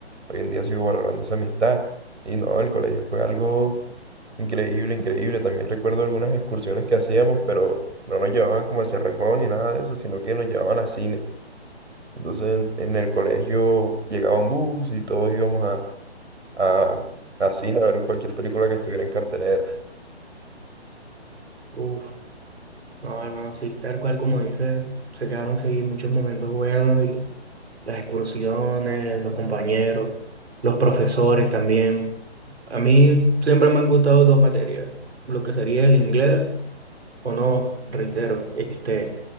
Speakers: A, on the right (about 85°); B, on the right (about 70°).
A: hoy en día sigo valorando esa amistad. Y no, el colegio fue algo increíble, increíble. También recuerdo algunas excursiones que hacíamos, pero no nos llevaban como al Cerrejón ni nada de eso, sino que nos llevaban a cine. Entonces en, en el colegio llegaba un bus y todos íbamos a, a, a cine a ver cualquier película que estuviera en cartelera.
B: Uf. No, hermano, sí, tal cual como dices, se quedaron sí muchos momentos buenos y las excursiones, los compañeros, los profesores también. A mí siempre me han gustado dos materias, lo que sería el inglés o no, reitero, este,